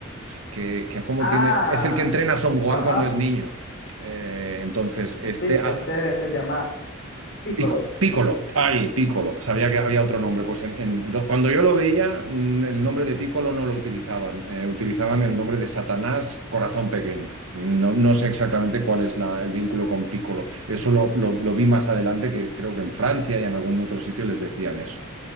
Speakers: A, on the right; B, on the left.
A: que, que como
B: Ah,
A: tiene, es el que entrena a Son Gohan
B: ajá,
A: cuando es niño. Eh, entonces, este,
B: sí, ese
A: a-
B: se llama Piccolo.
A: Pico- Piccolo, ay, Piccolo, sabía que había otro nombre. Pues en- en- do- cuando yo lo veía, mm, el nombre de Piccolo no lo utilizaban, eh, utilizaban el nombre de Satanás Corazón Pequeño. No, no sé exactamente cuál es la- el vínculo con Piccolo. Eso lo, lo- lo vi más adelante, que creo que en Francia y en algún otro sitio les decían eso.